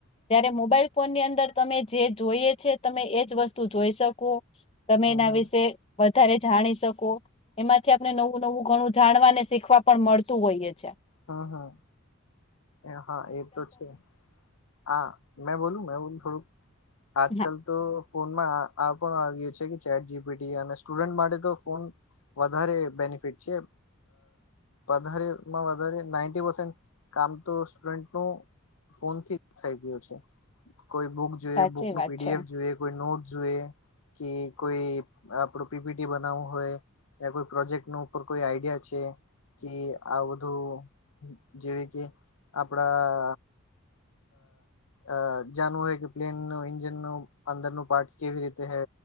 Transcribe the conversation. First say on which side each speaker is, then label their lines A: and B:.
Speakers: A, on the left (about 25°); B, on the left (about 85°).
A: જ્યારે મોબાઈલ ફોન ની અંદર તમે જે જોઈએ છે તમે એજ વસ્તુ જોઈ શકો તમે એના
B: હા
A: વિશે વધારે જાણી શકો એમાંથી આપણે નવ વું ઘણું જાણવા ને શીખવા પણ મળતું હોઈએ છે.
B: હા હા એ હા એ તો છે. હા મેં બોલું મે બોલું થોડુંક આજ
A: હા
B: કલ તો ફોનમાં આ પણ આવ્યું છે કે ચેટ જીપીટી અને સ્ટુડન્ટ માટે તો ફોન વધારે બેનિફિટ છે અ વધારેમાં <unintelligible> નાઇટી પર્સન્ટ કામ તો સ્ટુડન્ટ નુ ફોનથી થઈ ગયું છે. કોઈ બુક જોઈએ,
A: સાચી
B: બુકનું
A: વાત
B: પીડીએફ
A: છે
B: જોઈએ, કોઈ નોટ જોઈએ. કે કોઈ આપડું પીપીટી બનાવવું હોય. <unintelligible> કોઈ પ્રોજેક્ટ નુ ઉપર કોઈ આઈડિયા છે કે આ બધું જેવી કે આપડા અ જાણવું હોય કે પ્લેન નું ઇન્જનનું અંદરનું પાર્ટ કેવી રીતે હે